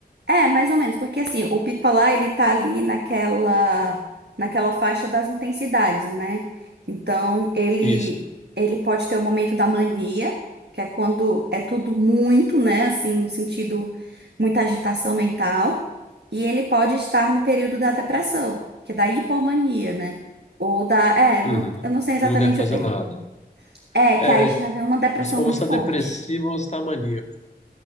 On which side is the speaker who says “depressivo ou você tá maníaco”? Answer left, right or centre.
Left